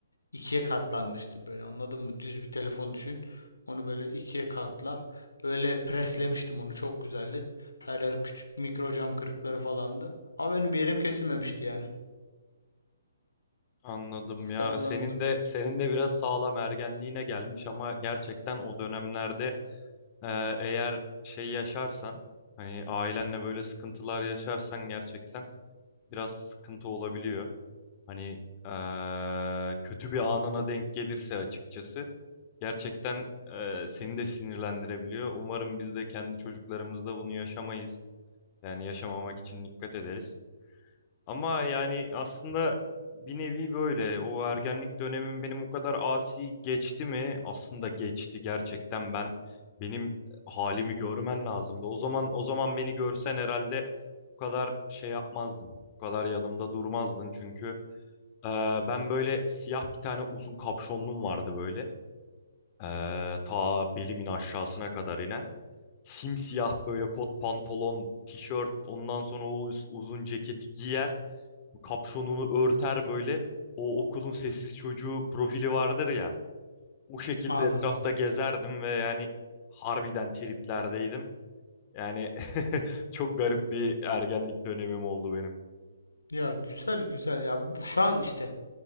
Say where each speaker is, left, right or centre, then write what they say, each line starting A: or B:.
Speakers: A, on the left; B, on the left.
A: ikiye katlanmıştı böyle anladın mı? Düz bir telefon düşün. Onu böyle ikiye katla. Öyle preslemiştim onu çok güzeldi. Her yer küçük mikro cam kırıkları falandı. Ama benim bir yerim kesilmemişti yani.
B: Anladım
A: Sağlamdı
B: ya. Senin
A: mı?
B: de senin de biraz sağlam ergenliğine gelmiş ama gerçekten o dönemlerde eee, eğer şey yaşarsan hani ailenle böyle sıkıntılar yaşarsan gerçekten biraz sıkıntı olabiliyor. Hani eee, kötü bir anına denk gelirse açıkçası gerçekten eee, seni de sinirlendirebiliyor. Umarım biz de kendi çocuklarımızda bunu yaşamayız. Yani yaşamamak için dikkat ederiz. Ama yani aslında bir nevi böyle o ergenlik dönemim benim o kadar asi geçti mi? Aslında geçti gerçekten ben benim halimi görmen lazımdı. O zaman o zaman beni görsen herhalde bu kadar şey yapmazdın. Bu kadar yanımda durmazdın çünkü ee, ben böyle siyah bir tane uzun kapşonluğum vardı böyle. Ee, ta belimin aşağısına kadar inen. Simsiyah böyle kot pantolon, tişört, ondan sonra o uz- uzun ceketi giyer. Kapşonunu örter böyle. O okulun sessiz çocuğu profili vardır ya. O şekilde
A: Anladım.
B: etrafta gezerdim ve yani harbiden triplerdeydim. Yani <laughs> çok garip bir ergenlik dönemim oldu benim.
A: Ya güzel güzel. Ya bu şu an işte